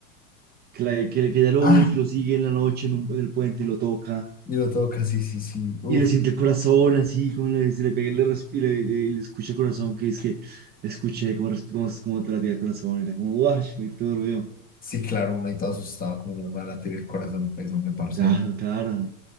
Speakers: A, on the right; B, on the left.
A: Que, la- que, que ella lo,
B: Ah,
A: bus- lo sigue en la noche en, un- en el puente y lo toca.
B: y lo toca, sí, sí, sí, uf.
A: Y le siente el corazón así, como le, se le pega y le, resp- y le, le- le escucha el corazón, que es que escuché como res- como cómo te latía el corazón, y era como, guau, muy turbio.
B: Sí, claro, una y todo asustado, como nos va a latir el corazón, pues, no me parce.
A: Claro, claro.